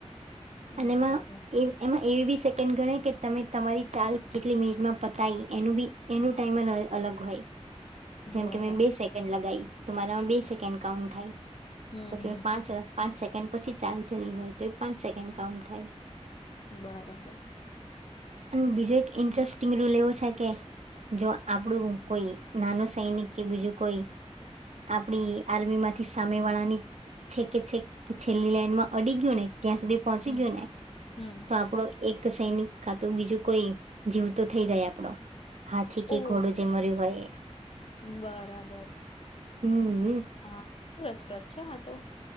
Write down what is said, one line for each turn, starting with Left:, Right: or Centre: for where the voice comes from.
Left: બરાબર
Right: એમાં‌ એવી બી કેમ ગણે કે તમે તમારી ચાલ કેટલી મિનિટમાં પતાવી એનું બી એનું ટાઈમર અલગ હોય. જેમકે
Left: બરા
Right: મેં બે સેકન્ડ લગી તો મારામાં બે સેકન્ડ કાઉન્ટ થાય.
Left: હમ
Right: પછી
Left: હમ
Right: પાંચ સેકન્ડ પછી ચાલ ચ હોય તો એ પાંચ સેકન્ડ કાઉન્ટ થાય.
Left: બરાબર.
Right: અને બીજો એક ઇન્ટરેસ્ટિંગ રૂલ એવો છે કે, જો આપણું કોઈ નાનું સૈનિક કે બીજું કોઈ આપડી આર્મી માંથી સામે વાળા ની છે કે છેક છેલ્લી લાઈન માં અડી ગયું ને ત્યાં સુધી પહોંચી
Left: હમ
Right: ગયો ને
Left: હમ
Right: તો આપણો એક સૈનિક કા તો બીજું કોઈ જીવ તો થઈ જાય આપડો. હાથી કે
Left: ઓ
Right: ઘોડું જે મર્યું હોય એ.
Left: બરાબર
Right: હમ્મ.
Left: હા શું રસપ્રદ છે હાતો.